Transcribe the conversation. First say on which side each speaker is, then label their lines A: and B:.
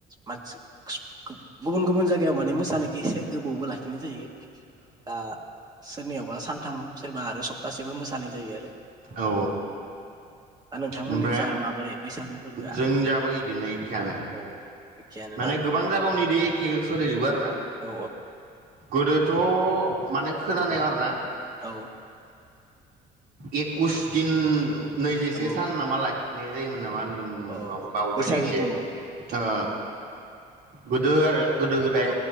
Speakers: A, on the right (about 25°); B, on the right (about 65°).
A: मानसि गुबुन- गुबुन जायगायाव माने मोसानायखो एसे गोबावबो लाखि बिदिनो जायो ओ सोरनियावबा सान <unintelligible> सोरबा आरो सप्तासेबो मोसानाय जायो आरो।
B: औ
A: दा नोंथांमोननि
B: ओमफ्राय
A: जा माबोरै बैसागु फोरबोआ
B: जों जाबो इदिनो एखेआनो
A: औ एखेयानो
B: माने
A: ना
B: गोबां जागायावनो इदि एखे सोलियजोबो आरोना
A: औ
B: गोदोथ माने खोनानायाव आरो ना।
A: औ
B: एखुस दिन नैजिसे
A: औ
B: सान नामा लाखि नाय जाय मोन नामा उम
A: औ
B: लं बावबायलै
A: बैसागुखौ
B: इसे ओ गोदो आरो गोदो गोदाय
A: औ